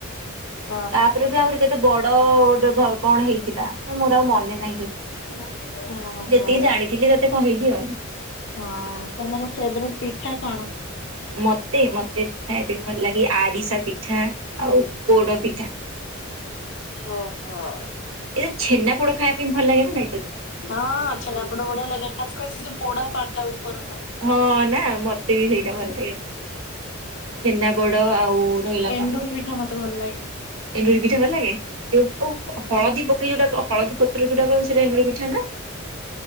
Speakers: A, on the left (about 60°); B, on the right (about 80°).
A: ହ <inaudible>
B: ତାପରେ ବି ଆହୁରି କେତେ ବଡ ଗୋଟେ ଭ କଣ ହେଇଥିଲା ମୋର ଆଉ ମନେ ନାହିଁ ସେ
A: <inaudible> ଓହୋ
B: ଯେତିକି ଜାଣିଥିଲି ତତେ କହିଲି ଆଉ
A: ହଁ ତମର ଫେବରେଟ ପିଠା କଣ
B: ମତେ ମତେ ଖାଇବା ପାଇଁ ଭଲ ଲାଗେ ଆରିଶା ପିଠା ପିଠା ଆଉ ପୋଡ ପିଠା
A: ଓହୋ
B: ଏଇ ଛେନା ପୋଡ ଖାୟା ପାଇଁ ଭଲ ଲାଗେ ନା ନାଇଁ ତୋ
A: ହଁ ଅଛ ଆପଟ ବଢିଆ ଲାଗେ ଖାସ କରି ସେ ଯୋଉ ପୋଡା ପାଟା ଉପର ଟ
B: ହଁ ନା ମତେ ବି ସେଇଟା ଭଲ ଲାଗେ ଛେନା ବଡ ଆଉ ରହିଲା
A: ଏଣ୍ଡୁରି
B: କଣ
A: ପିଠା ମତେ ଭଲ ଲାଗେ
B: ଏଣ୍ଡୁରି ପିଠା ଭଲ ଲାଗେ ଯୋଉ ହଳଦୀ ପକେଇ ଯୋଉଟା ହଳଦୀ ପତ୍ର ଯୋଉଟା କରନ୍ତି ସେଟା ଏଣ୍ଡୁରି ପିଠା ନା